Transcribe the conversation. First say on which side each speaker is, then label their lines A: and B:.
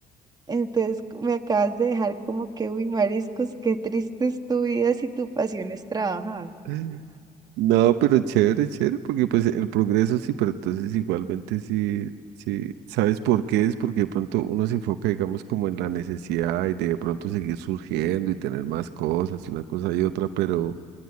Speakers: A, on the right (about 25°); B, on the right (about 90°).
A: entonces me acabas de dejar como que, uy, mariscos, qué triste es tu vida si tu pasión es trabajar.
B: <laughs> No, pero chévere, chévere, porque pues el progreso sí, pero entonces igualmente sí, sí, ¿sabes por qué? Es porque de pronto uno se enfoca, digamos, como en la necesidad y de pronto seguir surgiendo y tener más cosas y una cosa y otra, pero